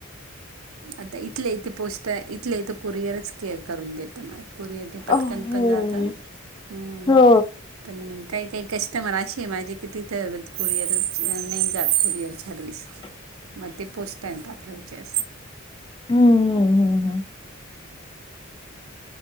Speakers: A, on the right (about 80°); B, on the left (about 25°).
A: आता इथले यथे पोस्ट इथले इथे कुरिअरच केअर करून देत. ते माग पुरी हटी
B: हो.
A: पटकन पणजात हम्म.
B: हो
A: पणग काही काही कस्टमर असे माझे कि तिथं कुरिअर नाही जात कुरिअर रलीस.
B: <inaudible>
A: मग ते पोष्टट आहेेतात थोयचे.
B: हम्म हम्म हम्म हम्म.